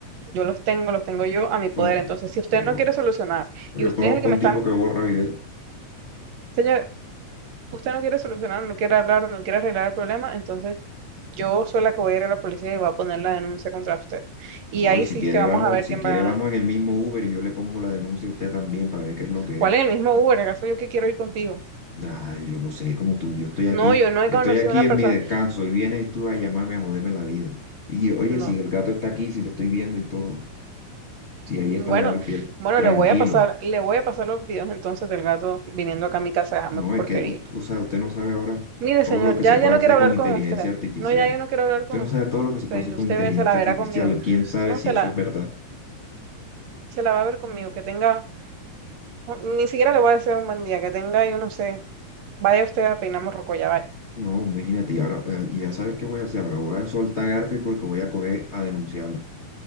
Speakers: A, on the right (about 65°); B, on the left (about 80°).
A: yo los tengo, los tengo yo a mi poder.
B: No,
A: Entonces, si usted
B: se borra.
A: no quiere solucionar
B: Yo
A: y usted
B: conozco
A: es el que me
B: un
A: está,
B: tipo que borra videos.
A: señor, usted no quiere solucionar, no quiere hablar, no quiere arreglar el problema, entonces Yo soy la que voy a ir a la policía y voy a poner la denuncia contra usted. Y
B: No,
A: ahí
B: y si
A: sí
B: quiere
A: es que vamos
B: vamos,
A: a ver
B: si
A: quién
B: quiere
A: va a ganar.
B: vamos en el mismo Uber y yo le pongo la denuncia a usted también para ver qué es lo que
A: ¿Cuál
B: es.
A: es el mismo Uber? ¿Acaso yo que quiero ir contigo?
B: Ay, yo no sé, como tú, yo estoy aquí,
A: No, yo no he
B: estoy
A: conocido
B: aquí
A: a una
B: en
A: persona.
B: mi descanso y vienes tú a llamarme a joderme la vida. Y oye,
A: No.
B: si el gato está aquí, si lo estoy viendo y todo, si ahí está
A: Bueno,
B: Garfield,
A: bueno,
B: tranquilo.
A: le voy a pasar, le voy a pasar los videos entonces del gato viniendo acá a mi casa a dejarme
B: No, es
A: porquería.
B: que, u- o sea, usted no sabe ahora
A: Mire,
B: todo
A: señor,
B: lo que
A: ya,
B: se puede
A: ya no
B: hacer
A: quiero hablar
B: con inteligencia
A: con usted.
B: artificial.
A: No, ya yo no quiero hablar
B: Usted
A: con
B: no sabe todo lo que se
A: usted.
B: puede hacer
A: Usted
B: con inteligencia
A: ve- se la verá
B: artificial.
A: conmigo.
B: ¿Quién sabe
A: No,
B: si
A: se
B: eso
A: la,
B: es verdad?
A: se la va a ver conmigo. Que tenga, no, ni siquiera le voy a decir un buen día. Que tenga, yo no sé. Vaya usted a peinar morrocoya, vaya.
B: No, imagínate, y ahora, eh, ya sabes qué voy a hacer. Ahora voy a soltar a Garfield porque voy a coger a denunciarla.